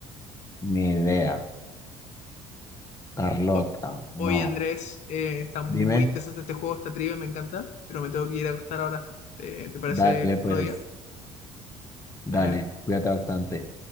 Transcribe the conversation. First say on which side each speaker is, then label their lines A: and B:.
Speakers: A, on the left; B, on the left.
A: Ni idea. Carlota,
B: O-
A: no.
B: Oye, Andrés, eh, está muy
A: Dime.
B: interesante este juego, esta trivia, me encanta, pero me tengo que ir a acostar ahora. ¿Te, te parece
A: Dale,
B: otro
A: pues,
B: día?
A: dale,
B: Dale.
A: cuídate bastante.